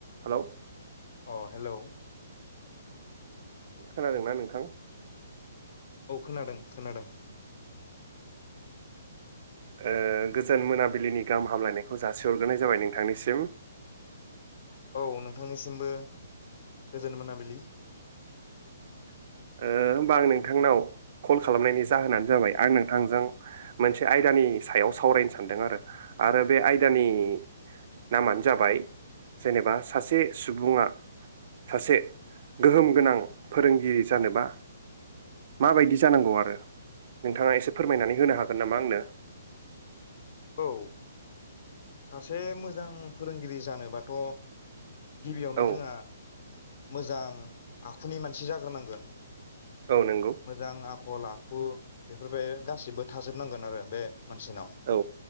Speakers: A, on the right; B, on the left.
A: हेल'
B: अ हेल'
A: खोनादोंना नोंथां?
B: औ खोनादों खोनादों।
A: ओ गोजान मोनाबिलिनि गाहाम हामलायनायखौ जासिहरग्रोनाय जाबाय नोंथांनिसिम।
B: औ नोंथांनिसिमबो गोजोन मोनाबिलि।
A: ओ होम्बा आं नोंथांनाव कल खालामनायनि जाहोनानो जाबाय आं नोंथांजों मोनसे आयदानि सायाव सावरायनो सानदों आरो आरो बे आयदानि नामानो जाबाय जेनेबा सासे सुबुङा सासे गोहोम गोनां फोरोंगिरि जानोबा माबायदि जानांगौ आरो नोंथाङा एसे फोरमायनानै होनो हागोन नामा आंनो?
B: औ सासे मोजां फोरोंगिरि जानोबाथ' गिबियावनो
A: औ
B: जोंहा मोजां आखुनि मानसि जाग्रोनांगोन।
A: औ नंगौ
B: मोजां आखल आखु बे गासिबो थाजोबनांगोन आरो बे मानसिनाव
A: औ